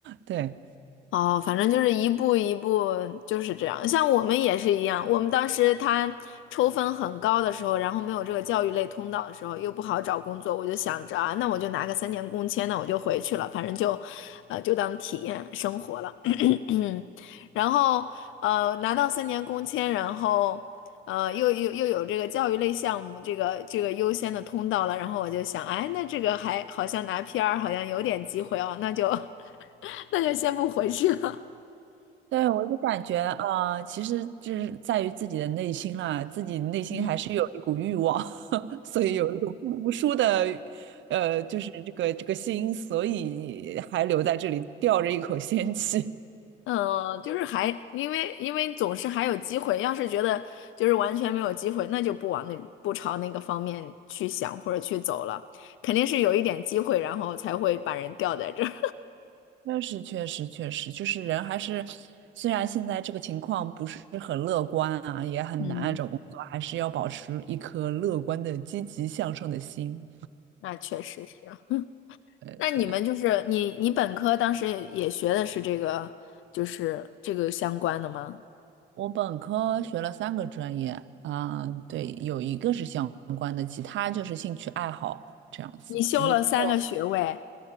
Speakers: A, on the right (about 70°); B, on the left (about 80°).
A: 对。
B: 哦，反正就是一步一步就是这样。像我们也是一样，我们当时他抽分很高的时候，然后没有这个教育类通道的时候，又不好找工作，我就想着啊，那我就拿个三年工签，那我就回去了，反正就，呃，就当体验生活了。<clears throat> 然后呃，拿到三年工签，然后呃，又又又有这个教育类项目，这个这个优先的通道了，然后我就想，哎，那这个还好像拿 PR 好像有点机会哦，那就 <laughs> 那就先不回去了。
A: 对，我就感觉，啊，其实这是在于自己的内心啦，自己内心还是有一股欲望。
B: 嗯，
A: 所以有一种不服输的，呃，就是这个这个心，所以还留在这里吊着一口仙气。<laughs>
B: 呃，就是还因为因为总是还有机会，要是觉得就是完全没有机会，那就不往那不朝那个方面去想或者去走了，肯定是有一点机会，然后才会把人吊在这儿。
A: 那是确实，确实，就是人还是，虽然现在这个情况不是很乐观啊，也很难啊找工作，
B: <laughs> 嗯，
A: 还是要保持一颗乐观的、积极向上的心。
B: 那确实是啊。
A: 对对，
B: 那你们就是你你本科当时也也学的是这个，就是这个相关的吗？
A: 我本科学了三个专业啊，对，有一个是相关的，其他就是兴趣爱好这样子。
B: 你修了三个学位，
A: 一，个。